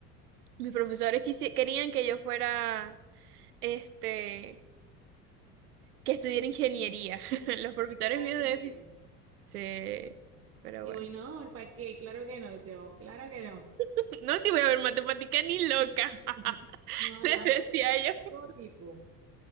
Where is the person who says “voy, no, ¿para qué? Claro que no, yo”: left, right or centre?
Right